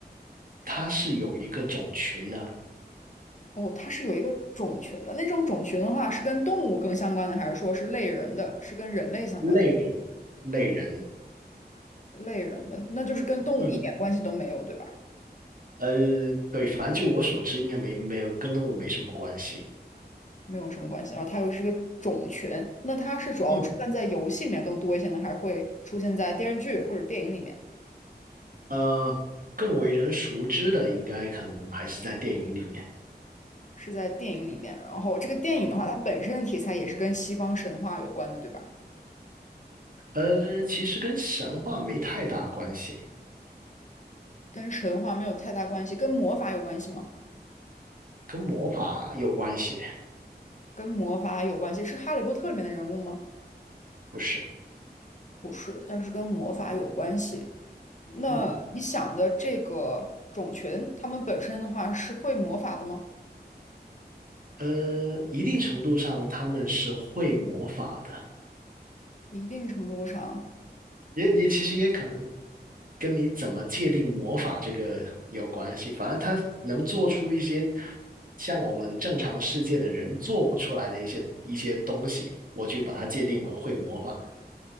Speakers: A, on the right; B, on the left.
A: 他是有一个种群的
B: 哦，它是有一个种群的，那种种群的话是跟动物更相关的，还是说是类人的，是跟人类相关的？
A: 类人，类人。
B: 类人的，那就是跟动物一点关系都没有，
A: 嗯，
B: 对吧？
A: 呃，对，反正就我所知，应该没没有跟动物没什么关系。
B: 没有什么关系。然后它又是个种群，那它是主要出现在游戏里面更多一些呢，
A: 嗯。
B: 还是会出现在电视剧或者电影里面？
A: 呃，更为人熟知的应该可能还是在电影里面。
B: 是在电影里面。然后这个电影的话，它本身的题材也是跟西方神话有关的，对吧？
A: 呃，其实跟神话没太大关系，
B: 跟神话没有太大关系，跟魔法有关系吗？
A: 跟魔法有关系，
B: 跟魔法有关系，是《哈利波特》里面的人物吗？
A: 不是？
B: 不是，但是跟魔法有关系。那你想的这个种群，
A: 嗯，
B: 他们本身的话是会魔法的吗？
A: 呃，一定程度上他们是会魔法的，
B: 一定程度上，
A: 也也其实也可能跟你怎么界定魔法这个有关系。反正他能做出一些像我们正常世界的人做不出来的一些一些东西，我就把它界定为会魔法。